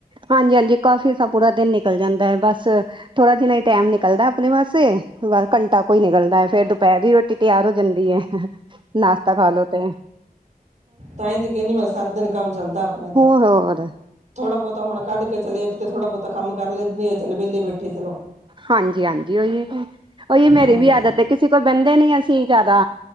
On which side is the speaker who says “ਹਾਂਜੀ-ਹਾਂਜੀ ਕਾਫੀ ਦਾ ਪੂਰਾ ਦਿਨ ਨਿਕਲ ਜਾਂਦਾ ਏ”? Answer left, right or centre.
Right